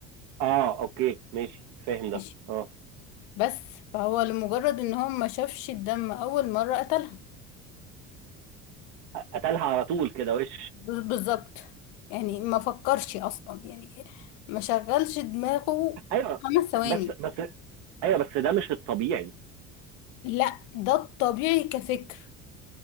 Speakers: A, on the right; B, on the left.
A: اه اوكي ماشي فاهم ده
B: ماشي
A: اه
B: بس فهو لمجرد ان هو ما شافش الدم اول مرة قتلها
A: قتلها على طول كده وش
B: ب- بالظبط يعني ما فكرش اصلا يعني ما شغلش دماغه
A: ايوه
B: خمس ثواني
A: بس بس ايوه بس ده مش الطبيعي
B: لا ده الطبيعي كفكر